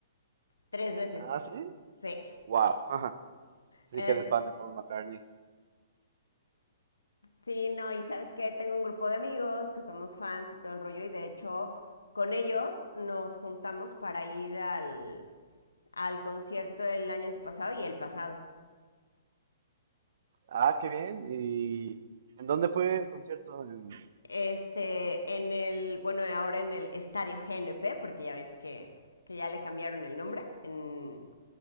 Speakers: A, on the left; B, on the right.
A: tres veces.
B: Ah, sí.
A: Sí.
B: Wow. <laughs> Sí
A: Em,
B: que eres fan de Paul McCartney.
A: sí, no, y sabes que tengo un grupo de amigos que somos fans y todo el rollo, y de hecho, con ellos nos juntamos para ir al, al concierto el año antepasado y el pasado.
B: Ah, qué bien. ¿Y en dónde fue el concierto? En-
A: Este, en el, bueno, ahora en el Estadio GNP, porque ya ves que, que ya le cambiaron el nombre, en